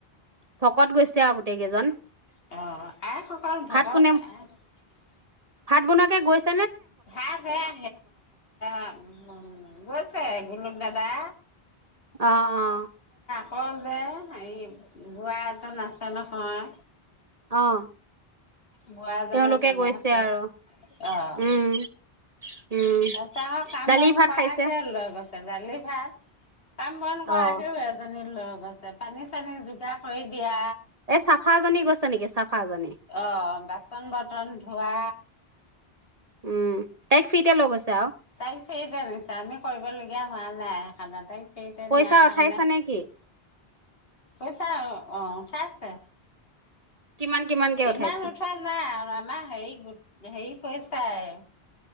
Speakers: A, on the right; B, on the left.
A: ভকত গৈছে আও গোটেই কেইজন।
B: অ', আ আহসকল
A: ভাত
B: ভগ
A: কোনে
B: <unintelligible> আহ।
A: ভাত বনোৱাকে গৈছ
B: <unintelligible> বেয়া <unintelligible> গৈছে। <unintelligible> দাদা
A: অ', অ',
B: কওঁ যে হেৰি, বুৰা এজন আছে নহয়।
A: অ'।
B: বুৰা
A: তেওঁলোকে
B: জনে বনাই
A: গৈছে
B: আছে
A: আৰু।
B: অ',
A: উম, উম।
B: চাৰা কাম-বন
A: দালি ভাত
B: কৰাকে
A: খাইছে?
B: লৈ গৈছে দালি ভাত কাম বন কৰাকেও
A: অ',
B: এজনি পানী চানী যোগাৰ কৰি দিয়া।
A: এ চাফাজনী গৈছে নেকি? চাফাজনী?
B: অ', বা চন বৰ্তন ধোৱা।
A: উম, তাইক ফ্ৰি তে লৈ গৈছে আউ।
B: তাই কেইবাৰ হৈছে আমি কৰিবলগীয়া হোৱা নাই সেইকাণে তাইক সেইতা
A: পইচা
B: নিয়া হয়
A: উঠাইছা
B: নাই,
A: নে কি?
B: কৈছা অ'। অ', পাইছে।
A: কিমান কিমানকে
B: ইমান
A: উঠাইছে?
B: উঠোৱা নাই মানে হেৰি গোট হেৰি পেইছাই